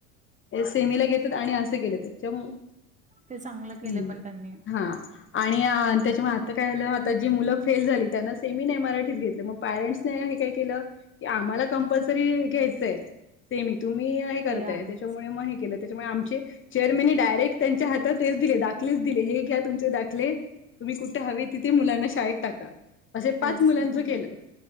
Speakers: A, on the left; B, on the right.
A: सेमीला घेतात आणि असं केलेतच्यामुळे
B: ते चांगलं केलं
A: हम्
B: पण त्यांनी
A: हा आणि त्याच्यामुळे आता काय आलं आता जी मुलं फेल झाली त्यांना सेमीने एम आरआीच घेतलं मग पॅरेंट्सने हे काय केलं की आम्हाला कंपल्सरी घ्यायचंय सेमी ह तुम्ही हे करताय
B: ते आहेच.
A: त्याच्यामुळे मग हे केलं त्याच्यामुळे आमचे चेअरमनने डायरेक्ट त्यांच्या हातात हेच दिले दाखलेच दिले हे घ्या तुमचे दाखले तुम्ही कुठे हवे तिथे मुलांना शाळेत टाका असे
B: तेच
A: पाच मुलांचं
B: ना.
A: केलं